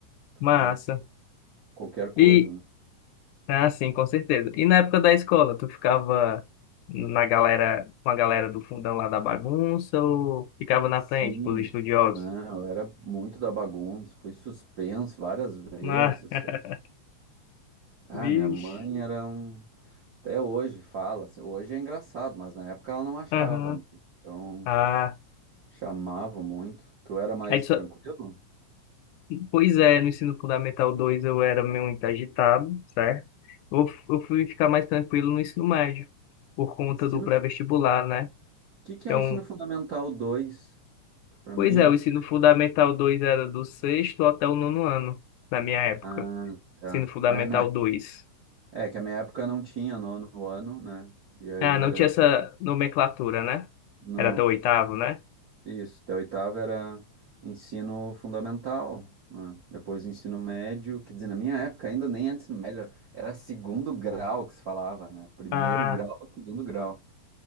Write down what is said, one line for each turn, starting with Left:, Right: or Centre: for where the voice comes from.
Right: que
Left: massa.
Right: podia ser qualquer coisa,
Left: E
Right: né?
Left: Ah, sim, com certeza. E na época da escola, tu ficava na galera, com a galera do fundão lá da bagunça ou ficava na
Right: Sim,
Left: frente com os estudiosos?
Right: não, eu era muito da bagunça, fui suspenso várias vezes.
Left: Ah, <laughs>
Right: Ah,
Left: vixe.
Right: minha mãe era um. Até hoje fala, assim, hoje é engraçado, mas na época ela não achava,
Left: Aham.
Right: né? Então
Left: Ah,
Right: chamavam muito. Tu era mais
Left: aí só...
Right: tranquilo?
Left: Pois é, no ensino fundamental 2 eu era muito agitado, certo? Eu, f- eu fui ficar mais tranquilo no ensino médio, por conta
Right: Ensino.
Left: do pré-vestibular,
Right: O
Left: né?
Right: que que
Left: Então,
Right: é o ensino fundamental dois Que pra
Left: pois
Right: mim
Left: é,
Right: era
Left: o
Right: diferente.
Left: ensino fundamental 2 era do sexto até o nono ano, na minha época.
Right: Ah, tá.
Left: Ensino fundamental
Right: É, na...
Left: 2.
Right: é que a minha época não tinha nono ano, né? E aí
Left: Ah, não
Right: era.
Left: tinha essa nomenclatura, né?
Right: Não.
Left: Era até o oitavo, né?
Right: Isso. Até a oitava era ensino fundamental. né? Depois ensino médio. Quer dizer, na minha época ainda nem era ensino médio, era era segundo grau que se falava, né? Primeiro
Left: Ah,
Right: grau, segundo grau.